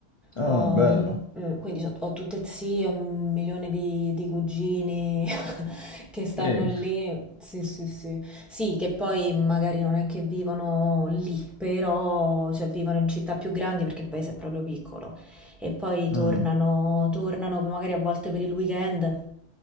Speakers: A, on the left; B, in the centre.
A: Ah,
B: ho,
A: bello.
B: mm, quindi ho, ho tutte zie, un milione di, di cugini <laughs> che stanno
A: Sì.
B: lì. Sì, sì, sì. Sì, che poi magari non è che vivono lì, però cioè, vivono in città più grandi perché il paese è proprio piccolo e poi tornano,
A: Mm.
B: tornano magari a volte per il weekend